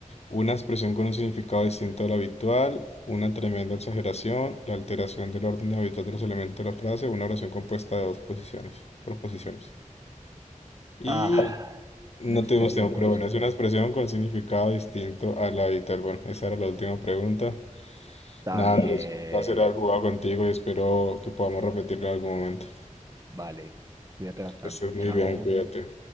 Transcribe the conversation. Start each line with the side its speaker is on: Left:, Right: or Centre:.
Left: Una expresión con un significado distinto al habitual, una tremenda exageración, la alteración del orden habitual de los elementos de la frase, una oración compuesta de dos posiciones, proposiciones. Y
Right: Ah,
Left: no
Right: una expresión
Left: tenemos tiempo, pero
Right: con
Left: bueno, es una expresión con significado distinto al habitual. Bueno, esa era la última pregunta.
Right: Está
Left: Nada,
Right: bien.
Left: Andrés, un placer haber jugado contigo y espero que podamos repetirlo en algún momento.
Right: Vale. Cuídate bastante.
Left: Que estés muy
Right: Chao.
Left: bien, cuídate.